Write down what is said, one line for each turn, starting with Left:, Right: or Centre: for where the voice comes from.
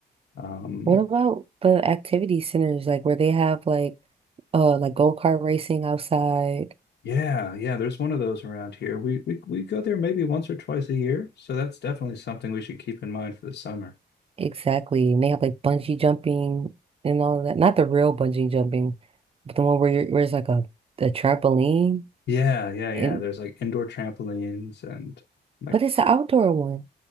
Left: Um,
Right: What about the activity centers, like where they have like uh like go-kart racing outside?
Left: Yeah, yeah, there's one of those around here. We we we go there maybe once or twice a year, so that's definitely something we should keep in mind for the summer.
Right: Exactly. And they have like bungee jumping and all of that. Not the real bungee jumping, but the one where you're where it's like a, a trampoline
Left: Yeah, yeah, yeah.
Right: and
Left: There's like indoor trampolines and like
Right: but it's an outdoor one.